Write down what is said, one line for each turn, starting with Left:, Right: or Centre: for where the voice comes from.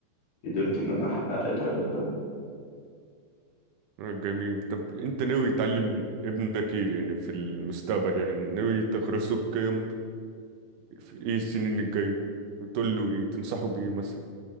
Left: قدرت ان انا احقق الهدف ده
Right: جميل طب انت ناوي تعلم ابنك ايه يعني في المستقبل يعني ناوي تغرسه القيم في ايه السنين الجاية وتقول له ايه تنصحه بايه مثلا